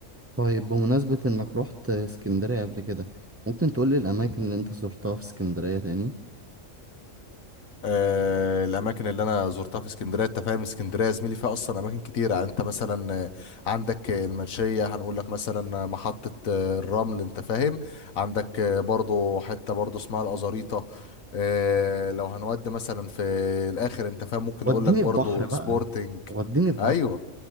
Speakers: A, on the right (about 15°); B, on the left (about 85°).
A: طيب بمناسبة انك رحت اسكندرية قبل كده ممكن تقولي الاماكن اللي انت زرتها في اسكندرية تاني
B: آه، الاماكن اللي انا زرتها في اسكندريه انت فاهم اسكندريه يا زميلي فيها اصلا اماكن كتيره يعني انت مثلا آه، عندك آه، المنشيه هنقول لك مثلا آه، محطه آه، الرمل انت فاهم عندك آه، برضو حته برضو اسمها الازاريطه آه، لو هنودي مثلا في الاخر انت فاهم ممكن
A: وديني
B: اقول لك برضو
A: في بحر
B: سبورتنج
A: بقى وديني في
B: ايوه
A: بحر